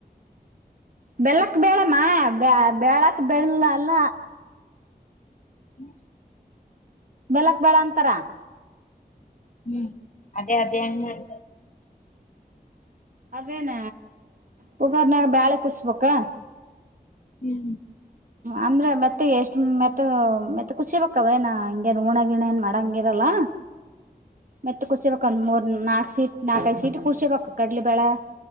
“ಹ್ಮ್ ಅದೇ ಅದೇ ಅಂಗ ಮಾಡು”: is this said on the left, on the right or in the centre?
Left